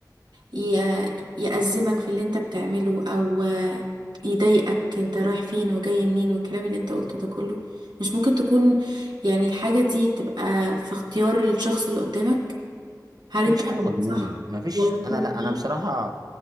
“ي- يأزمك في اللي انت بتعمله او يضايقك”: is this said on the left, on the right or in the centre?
Right